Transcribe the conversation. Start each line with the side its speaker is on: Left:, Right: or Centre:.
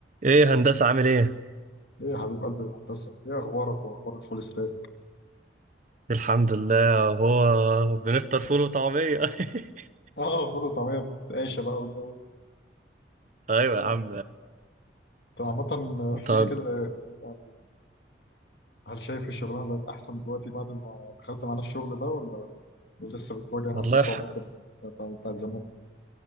Right: ايه هندسة عامل ايه؟
Left: ليه يا حبيب قلبي الهندسة؟ إيه أخبارك وأخبار الفول ستاك؟
Right: الحمد لله هو بنفطر فول وطعمية <laughs>
Left: آه فول وطعمية بالقاشة بقى والجو ده
Right: ايوه
Left: فاهمك.
Right: يا عم
Left: أنت عامة احكي
Right: طب
Left: لي كده يعني هل شايف الشغلانة بقت أحسن دلوقتي بعد ما دخلت معانا الشغل ده ولا لسه بتواجه
Right: والله
Left: نفس الصعوبات
Right: ح...
Left: ال- بتاع- بتاعت زمان؟